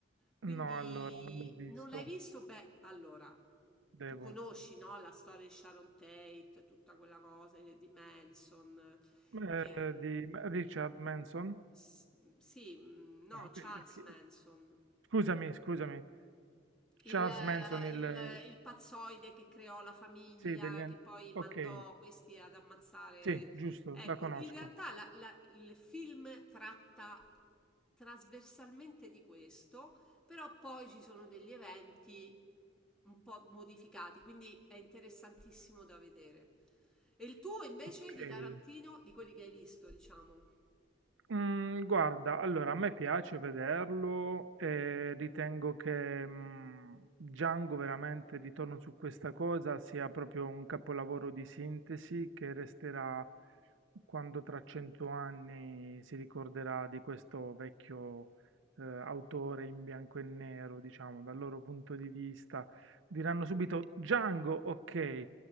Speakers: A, in the centre; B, on the right (about 80°).
A: Quindi
B: No, allora, non l'ho visto.
A: non l'hai visto? Beh, allora,
B: Devo.
A: tu conosci, no, la storia di Sharon Tate, tutta quella cosa di Manson
B: Eh,
A: che...
B: di Richard Manson.
A: S- sì, mm, no,
B: Ah, ok,
A: Charles
B: il che
A: Manson,
B: scusami, scusami,
A: il,
B: Charles
A: eh,
B: Manson il
A: il- il pazzoide che creò la famiglia,
B: sì, degli an
A: che poi mandò
B: okay,
A: questi ad ammazzare.
B: sì, giusto,
A: Ecco,
B: la conosco.
A: in realtà la- la- il film tratta trasversalmente di questo, però poi ci sono degli eventi un po' modificati, quindi è interessantissimo da vedere. E il tuo invece
B: Okay.
A: di Tarantino, di quelli che hai visto, diciamo.
B: Mm, guarda, allora a me piace vederlo e ritengo che mm, Django veramente, ritorno su questa cosa, sia proprio un capolavoro di sintesi che resterà quando tra cento anni si ricorderà di questo vecchio eh, autore in bianco e nero, diciamo, dal loro punto di vista. Diranno subito Django, ok,